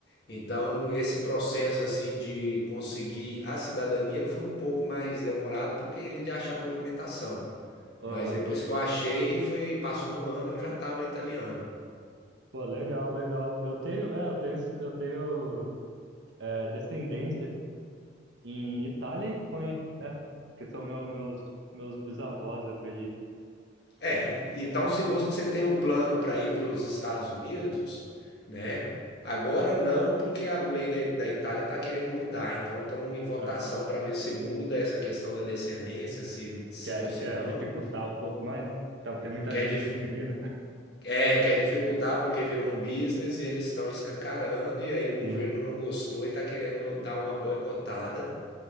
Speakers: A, on the left; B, on the right.
A: Então, esse processo assim de conseguir a cidadania foi um pouco mais demorado porque de achar documentação.
B: Aham.
A: Mas depois que eu achei, foi, passou um ano, eu já estava italiano.
B: Pô, legal, legal. Eu tenho, é, eu tenho, esse- eu tenho é, descendência em Itália e Espanha, é, que são meu, meus, meus bisavós, eu acredito.
A: É, en- então se você tem o plano para ir para os Estados Unidos, né? Agora não, porque a lei da, da Itália está querendo mudar. Então estão em votação
B: É,
A: para ver se muda essa questão da descendência, se sim
B: quer,
A: ou se
B: quer
A: não.
B: dificultar um pouco mais? Tá, tem muita
A: Quer,
B: gente
A: dif-
B: conseguindo. <laughs>
A: é, quer dificultar porque virou um business e eles estão escancarando, e aí o governo
B: Sim,
A: não gostou e está querendo dar uma boicotada.